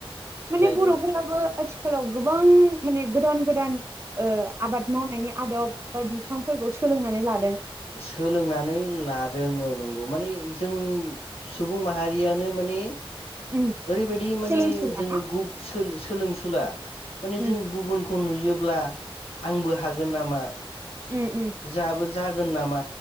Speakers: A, on the right; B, on the left.
A: माने
B: गायदों
A: बर'फोराबो आथिखालाव गोबां माने गोदान गोदान ओ आबाद मावनायनि आदब बा बिफां फोरखौ सोलोंनानै ला
B: सोलोंनानै लादों औ नंगौ माने जों सुबुं माहारि यानो माने
A: उम
B: ओरैबायदि माने
A: सोलोंसुला
B: जों
A: ना
B: गुब सोलोंसुला माने
A: उम
B: जों गुबुनखौ नुयो ला आंबो हागोन नामा?
A: ओम ओम।
B: जोंहाबो जागोन नामा?